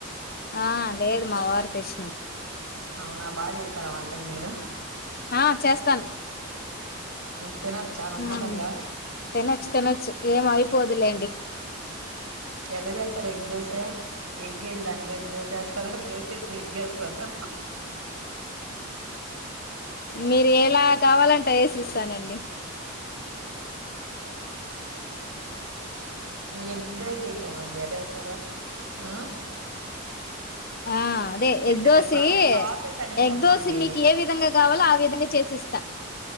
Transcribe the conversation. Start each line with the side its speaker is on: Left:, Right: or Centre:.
Left: ఆ లేదు మా వారు తెచ్చినరూ
Right: అవునా బాగా చేస్తార వంటలు మీరు
Left: ఆ చేస్తాను
Right: తినోచ్చా నామ్మకంగా
Left: ఉమ్ తినొచ్చు తినొచ్చు ఏం అయిపోదులేండి
Right: ఎట్ట చేస్తారు ఎగ్ దోస ఎగ్గేసి దానిపైన దోసేస్తారా దోసేసి ఎగ్గేస్తారా
Left: మీరు ఎలా కావాలంటే ఏసి ఇస్తానండి
Right: ఎగ్ దోస ఏషమండి ఎట్ల ఏస్తారు ఆ
Left: ఆ అదే
Right: ఎట్ట
Left: ఎగ్దోషి
Right: ఇప్పుడు అంటే ప్రాసెస్ అనేది
Left: ఎగ్దోశ
Right: చెప్పండి
Left: మీకు ఏ విధంగా కావాలో ఆ విధంగా చేసిస్తా